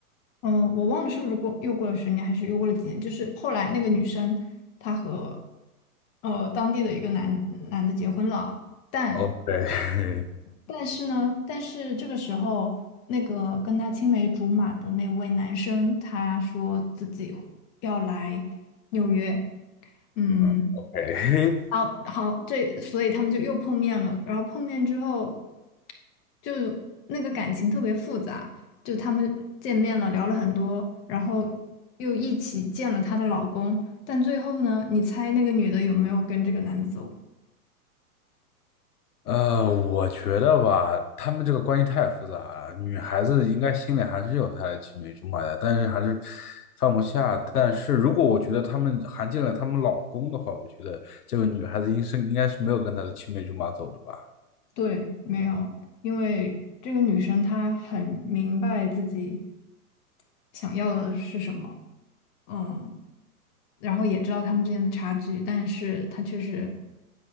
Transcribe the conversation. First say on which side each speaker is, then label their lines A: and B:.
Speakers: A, on the left; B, on the left.
A: 嗯，我忘了是不是过又过了十年，还是又过了几年，就是后来那个女生她和呃当地的一个男男的结婚了。但
B: ？OK，<laughs>
A: 但是呢，但是这个时候，那个跟他青梅竹马的那位男生，他说自己要来纽约，嗯，
B: 嗯，OK，<laughs>
A: 好好，这所以他们就又碰面了。然后碰面之后，就那个感情特别复杂，就他们见面了，聊了很多，然后又一起见了她的老公。但最后呢，你猜那个女的有没有跟这个男的走？
B: 呃，我觉得吧，他们这个关系太复杂了。女孩子应该心里还是有她的青梅竹马的，但是还是放不下。但是如果我觉得他们含进了他们老公的话，我觉得这个女孩子应是应该是没有跟她的青梅竹马走的吧。
A: 对，没有，因为这个女生她很明白自己想要的是什么，嗯，然后也知道他们之间的差距，但是她确实